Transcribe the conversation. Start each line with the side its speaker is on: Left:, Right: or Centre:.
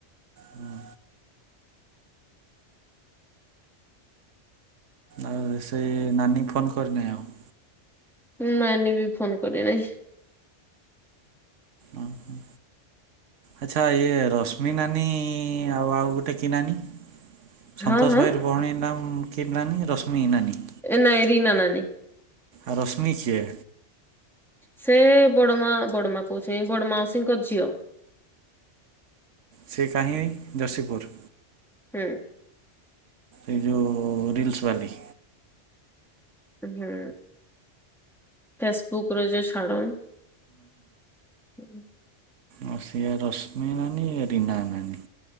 Right: ଉଁ। ଆଉ ସେଇ ନାନୀ ଫୋନ୍ କରିନାଇ ଆଉ?
Centre: ଉଁ ନାନୀ ବି ଫୋନ୍ କରିନାଇଁ।
Right: ଅଁ ହଁ। ଆଚ୍ଛା ଇଏ ରଶ୍ମି ନାନୀ ଆଉ ଆଉ ଗୋଟେ କି ନାନୀ? ସନ୍ତୋଷ
Centre: ହଁ ହଁ
Right: ଭାଇର ଭଉଣୀ ନାମ କି ନାନୀ ରଶ୍ମି ନାନୀ।
Centre: ଏ ନାଁଇ ରିନା ନାନୀ।
Right: ଆଉ ରଶ୍ମି କିଏ?
Centre: ସେ ବଡ଼ମା ବଡ଼ମା କହୁଛେଁ ଏଇ ବଡ଼ ମାଉସୀଙ୍କ ଝିଅ।
Right: ସେ କାହିଁ ଯଶୀପୁର୍?
Centre: ହୁଁ।
Right: ଏ ଯୋଉ ରିଲ୍ସ୍ ବାଲି।
Centre: ଉଁ ହୁଁ। ଫେସବୁକ୍ ର ଯଉ ଛଡ଼ନ୍ ହୁଁ ହୁଁ।
Right: ଅଁ ସିଏ ରଶ୍ମି ନାନୀ ଏ ରୀନା ନାନୀ